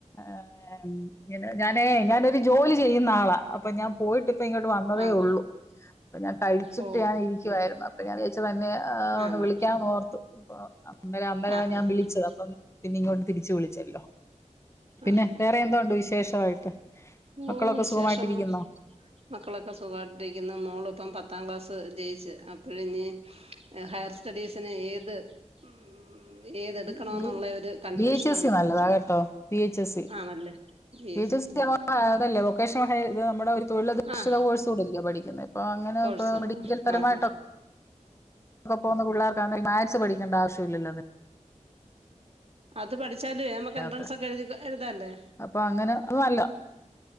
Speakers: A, on the left (about 20°); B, on the right (about 50°).
A: ഏഹ് ഞാനേ ഞാനൊരു ജോലി ചെയ്യുന്ന ആളാ അപ്പൊ ഞാൻ പോയിട്ട് ഇപ്പ ഇങ്ങോട്ട് വന്നതേ
B: ആന്നോ
A: ഒള്ളൂ ഇപ്പ ഞാൻ കഴിച്ചിട്ട്
B: ഓ
A: ഞാൻ ഇരിക്കുവായിരുന്നു അപ്പൊ ഞാൻ വിയാരിച്ച് തന്നെ അ
B: ആന്നോ
A: ഒന്ന് വിളിക്കാന്നോർത്തു അപ്പൊ അന്നേര അന്നേര
B: ആഹ്
A: ഞാൻ
B: ആഹ്
A: വിളിച്ചത്
B: ആഹ്
A: അപ്പം പിന്നെ ഇങ്ങോട്ട് തിരിച്ച് വിളിച്ചല്ലോ പിന്നെ
B: ആഹ്
A: വേറെ എന്തോ ഉണ്ട് വിശേഷവായിട്ട് മക്കളൊക്കെ
B: ഓ വിശേഷം
A: സുഖമായിട്ടിരിക്കുന്നോ
B: മക്കളൊക്കെ സുഖമായിട്ടിരിക്കുന്ന് മോള് ഇപ്പം പത്താം ക്ലാസ് ജയിച്ച് അപ്പോ ഇഞ്ഞി ഹയർ സ്റ്റഡീസിന് ഏത് ഉം ഏതെടുക്കണോന്നുള്ള
A: ബി എ
B: ഒരു കൺഫ്യൂഷനാണ്
A: ബി എച്ച് എസ് സി നല്ലതാ കേട്ടോ ബി എച്ച് എസ് സി
B: ആണല്ലേ
A: ബി
B: എസ്
A: എച്ച്
B: സത്തിന്
A: സി അതല്ലേ വൊക്കേഷണൽ ഹയ് ഇത് നമ്മുടെ ഒരു തൊഴിലധിഷ്ഠിത
B: ആഹ്
A: കോഴ്സ് കൂടെ അല്ലയോ പഠിക്കുന്നേ അപ്പൊ അങ്ങനെ
B: കോഴ്സാ
A: ഇപ്പ മെഡിക്കൽ
B: ആഹ്
A: പരമായിട്ടോ
B: ആഹ്
A: ഇപ്പ പോകുന്ന പുള്ളേർക്ക് ആണെ മാക്സ് പഠിക്കണ്ട ആവശ്യമില്ലല്ലോ അത്
B: അത് പഠിച്ചാലേ നമുക്ക്
A: അതിനകത്ത്
B: എൻട്രൻസ് ഒക്കെ എഴുതി എഴുതാല്ലേ
A: അപ്പൊ അങ്ങനെ അത് നല്ല